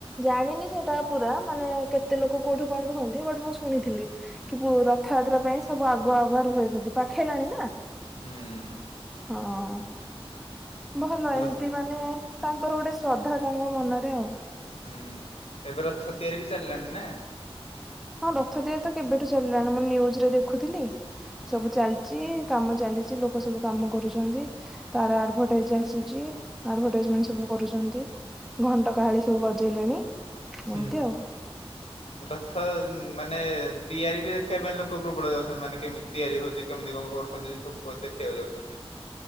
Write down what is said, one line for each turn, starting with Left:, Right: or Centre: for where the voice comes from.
Centre: ଜାଣିନି ସେଇଟା ପୁରା ମାନେ କେତେ ଲୋକ କୋଉଠୁ କଣ ରୁହନ୍ତି, ବଟ ମୁଁ ଶୁଣିଥିଲି। କିନ୍ତୁ ରଥଯାତ୍ରା ପାଇଁ ସବୁ ଆଗୁଆ ଆଗୁଆ ରୁହନ୍ତି, ପାଖେଇଲାଣି ନା।
Left: ହୁଁ।
Centre: ହଁ। ଭଲ ଏମତି
Left: ର
Centre: ମାନେ ତାଙ୍କର ଗୋଟେ ଶ୍ରଦ୍ଧା ତାଙ୍କ ମନରେ ଆଉ।
Left: ହୁଁ। ଏବେ ରଥ ତିଆରି ବି ଚାଲିଲାଣି ନା?
Centre: ହଁ ରଥ ତିଆରି ତ କେବେଠୁ ଚାଲିଲାଣି, ମୁଁ ନିୟୁଜ ରେ ଦେଖୁଥିଲି
Left: ହୁଁ
Centre: ସବୁ ଚାଲଛି କାମ ଚାଲିଛି ଲୋକ ସବୁ କାମ କରୁଛନ୍ତି। ତାର ଆଡଭଟାଇଜ ଆସୁଛି ଆଡଭଟାଇଜମେଣ୍ଟ
Left: ହୁଁ
Centre: ସବୁ କରୁଛନ୍ତି, ଘଣ୍ଟ କାହାଳି ସବୁ ବଜେଇଲେଣି।
Left: ହୁଁ।
Centre: ଏମିତି ଆଉ।
Left: ରଥ ମାନେ ତିଆରି ବି ଦେଖ ଦେଖିବା ପାଇଁ ଲୋକ ପ୍ରବଳ ଯାଉଛନ୍ତି। ମାନେ କେମିତି ତିଆରି ହଉଛି, କେମିତି କଣ କରୁଛନ୍ତି ସବୁ ଦେଖିବାକୁ ଯାଉଛନ୍ତି।